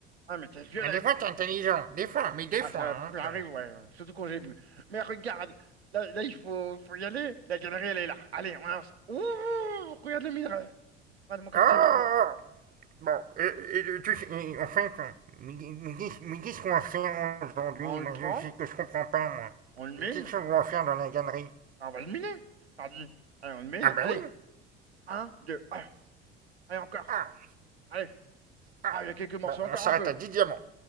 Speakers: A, on the right; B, on the right.
A: ah, mais t'es violet.
B: Ah, des fois t'es intelligent, des fois, mais des
A: Ah,
B: fois.
A: ça arrive,
B: Hein.
A: ouais, surtout quand j'ai bu. Mais regarde, là, là, il faut, faut y aller. La galerie, elle est là. Allez, on avance. Ouh, regarde le minerai. Regarde-moi comme
B: Oh oh,
A: c'est beau.
B: oh. Bon, et, et, tu sais, et, en fait, mais, mais dis- mais dis ce qu'on va faire aujourd'hui,
A: Ben, on
B: moi
A: le prend,
B: je sais que je comprends pas moi.
A: on le mine.
B: Qu'est-ce qu'on va faire dans la galerie
A: Bah, on va le miner, pardi. Allez, on le mine.
B: Ah bah
A: Allez,
B: oui
A: un, deux, un. Allez, encore.
B: Ah,
A: Allez.
B: ah.
A: Ah, il y a quelques morceaux,
B: Bon,
A: encore
B: on s'arrête
A: un peu.
B: à 10 diamants.